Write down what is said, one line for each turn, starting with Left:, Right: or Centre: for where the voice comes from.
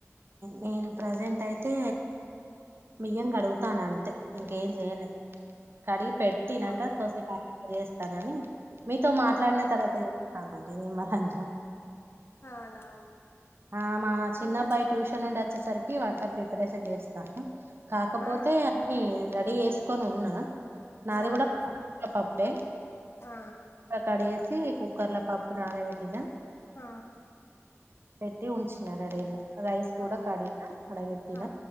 Right: నేను ప్రజెంట్ అయితే బియ్యం కడుగుతన్న అంతే ఇంకేం చెయ్యలే కడిగి పెట్టినాక
Left: అవునా
Right: కోసెం ఆగినాక చేస్తానని మీతో మాట్లాడిన తర్వాత చెస్తానండి నిమ్మలంగా
Left: అవునా
Right: ఆ మా చిన్నబ్బాయి
Left: ఇంకా
Right: ట్యూషన్ నుండి వచ్చేసరికి వంట ప్రిపరేషన్ చేస్తా కాకపోతే
Left: ఆ
Right: అన్ని రెడీ చేసుకొని ఉన్నా నాది
Left: అవునా
Right: కూడా పప్పే
Left: ఆ
Right: కడేసి కుక్కర్ లో పప్పు నానబెట్టినా
Left: ఆ
Right: పెట్టి ఉంచినా రెడీగా రైస్
Left: ఆ
Right: కూడా కాడిగిన అడవెట్టిన
Left: ఆ